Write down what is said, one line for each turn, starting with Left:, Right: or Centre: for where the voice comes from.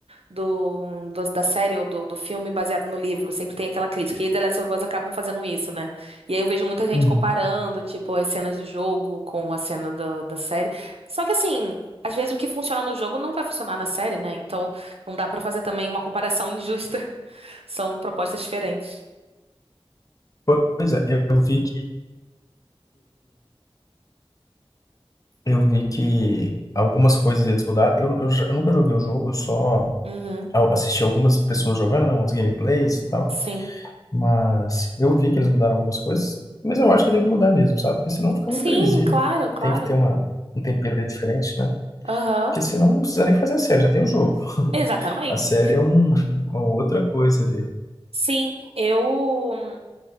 Right: do, do- da série ou do, do filme baseado no livro. Sempre tem aquela crítica. E The Last of Us acabam fazendo isso, né? E aí eu vejo muita gente
Left: Uhum.
Right: comparando, tipo, as cenas do jogo com a cena do- da série. Só que assim, às vezes o que funciona no jogo não vai funcionar na série, né? Então não dá pra fazer também uma comparação injusta. <laughs> São propostas diferentes.
Left: Pois é, eu eu vi que eu vi que algumas coisas eles mudaram. Eu, eu, já- eu nunca joguei o jogo, eu só
Right: Uhum,
Left: a- assisti algumas pessoas jogando, né, uns gameplays e tal.
Right: sim.
Left: Mas eu vi que eles mudaram algumas coisas, mas eu acho que tem que mudar mesmo, sabe? Porque senão fica
Right: Sim,
Left: muito previsível.
Right: claro, claro.
Left: Tem que ter uma, um tempero ali diferente, né?
Right: Aham.
Left: Porque senão não precisa nem fazer a série, já tem o jogo.
Right: Exatamente.
Left: A série é um, uma outra coisa ali.
Right: Sim, eu,